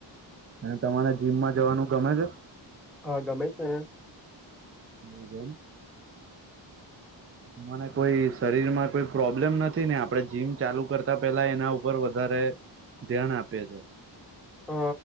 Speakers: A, on the right; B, in the centre.
A: અને તમારે જીમમાં જવાનું ગમે છે?
B: હા ગમે છે ને.
A: <unintelligible> મને કોઈ શરીરમાં કોઈ પ્રોબ્લેમ નથી ને આપડણે જીમ ચાલુ કરતા પેલા એના ઉપર વધારે ધ્યાન આપે છે.
B: હ